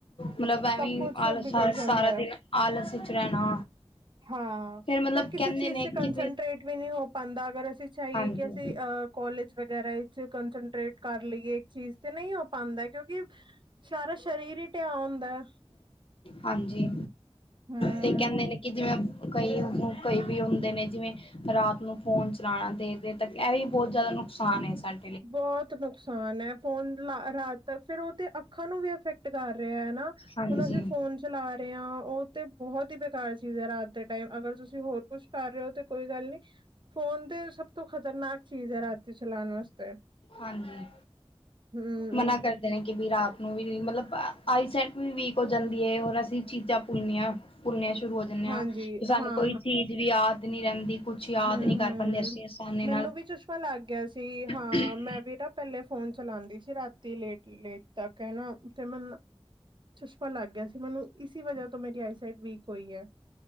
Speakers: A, on the left; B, on the right.
A: ਮਤਲਬ ਐਵੇਂ
B: ਸਭ ਕੁਛ
A: ਆਲਸ
B: ਬਿਗੜ ਜਾਂਦਾ
A: ਸਾਰਾ
B: ਹੈ।
A: ਦਿਨ ਆਲਸ ਵਿਚ ਰਹਿਣਾ
B: ਹਾਂ
A: ਮਤਲਬ
B: ਫੇਰ ਕਿਸੇ
A: ਕਹਿੰਦੇ
B: ਚੀਜ਼
A: ਨੇ
B: ਚ
A: ਕਿ
B: ਕੰਸਟਰੇਟ ਵੀ ਨਹੀਂ ਹੋ ਪਾਂਦਾ ਅਗਰ ਅਸੀਂ ਚਾਹੀਏ
A: ਹਾਂਜੀ
B: ਕਿ ਅਸੀਂ ਅ ਕੋਲਜ ਵਗੈਰਾ ਵਿੱਚ ਕੰਸਟਰੇਟ ਕਰ ਲਈਏ ਇੱਕ ਚੀਜ਼ ਤੇ ਨਹੀਂ ਹੋ ਪਾਦੈ ਕਿਉਂਕਿ ਸਾਰਾ ਸਰੀਰ ਹੀ ਢਿਆ ਹੁੰਦੈ।
A: ਹਾਂਜੀ
B: ਹੂੰ
A: ਤੇ ਕਹਿੰਦੇ ਨੇ ਕਿ ਜਿਵੇਂ ਕਈ ਕਈ ਵੀ ਹੁੰਦੇ ਨੇ ਜਿਵੇਂ ਰਾਤ ਨੂੰ ਫੋਨ ਚਲਾਣਾ ਦੇਰ-ਦੇਰ ਤੱਕ ਇਹ ਵੀ ਬਹੁਤ ਜ਼ਿਆਦਾ ਨੁਕਸਾਨ ਏ ਸਾਡ
B: ਬਹੁਤ ਨੁਕਸਾਨ ਹੈ ਫੋਨ ਲ ਰਾਤ ਤੱਕ ਫੇਰ ਉਹ ਤੇ ਅੱਖਾਂ ਨੂੰ ਵੀ ਅਫੈਕਟ ਕਰ ਰਿਹੈ। ਹਨਾ
A: ਹਾਂਜੀ
B: ਹੁਣ ਅਸੀਂ ਫੋਨ ਚਲਾ ਰਹੇ ਹਾਂ ਉਹ ਤੇ ਬਹੁਤ ਹੀ ਬੇਕਾਰ ਚੀਜ਼ ਹੈ ਰਾਤ ਦੇ ਟਾਈਮ ਅਗਰ ਤੁਸੀਂ ਹੋਰ ਕੁਛ ਕਰ ਰਹੇ ਹੋ ਤੇ ਕੋਈ ਗੱਲ ਨਹੀਂ ਫੋਨ ਤੇ ਸਭ ਤੋਂ ਖ਼ਤਰਨਾਕ ਚੀਜ਼ ਹੈ ਰਾਤੀ ਚਲਾਣ ਵਾਸਤੇ।
A: ਹਾਂਜੀ।
B: ਹੂੰ
A: ਮਨਾ ਕਰ ਨੇ ਕੀ ਵੀ ਰਾਤ ਨੂੰ ਵੀ ਮਤਲਬ ਅ, ਆਈਸੈਟ ਵੀ ਵੀਕ ਹੋ ਜਾਂਦੀ ਏ। ਹੋਰ ਅਸੀਂ ਚੀਜ਼ਾਂ ਭੁੱਲਣੀਆਂ ਭੁੱਲਨੀਆਂ ਸ਼ੁਰੂ ਹੋ ਜਾਂਣੇ
B: ਹਾਂਜੀ
A: ਹਾਂ ਕੀ ਸਾਨੂੰ
B: ਹਾਂ
A: ਕੋਈ ਚੀਜ਼ ਵੀ ਯਾਦ ਨੀ ਰਹਿੰਦੀ। ਕੁਛ ਯਾਦ
B: ਹਮ-ਹਮ,
A: ਨਹੀਂ ਕਰ ਪਾਉਂਦੇ ਅਸੀਂ ਆਸਾਨੀ
B: ਮੈਂਨੂੰ ਵੀ ਚਸ਼ਮਾ ਲੱਗ ਗਿਆ ਸੀ ਹਾਂ।
A: ' <inaudible>
B: ਮੈਂ ਵੀ ਨਾ ਪਹਿਲੇ ਫ਼ੋਨ ਚਲਾਣਦੀ ਸੀ। ਰਾਤੀ ਲੇਟ, ਲੇਟ ਤੱਕ ਹੈ ਨਾ। ਤੇ ਮੈਂ ਚਸ਼ਮਾ ਲੱਗ ਗਿਆ ਸੀ ਮੈਂਨੂੰ। ਇਸੀ ਵਜ਼ਾ ਤੋਂ ਮੇਰੀ ਆਈਸਾਈਟ ਵੀਕ ਹੋਈ ਹੈ।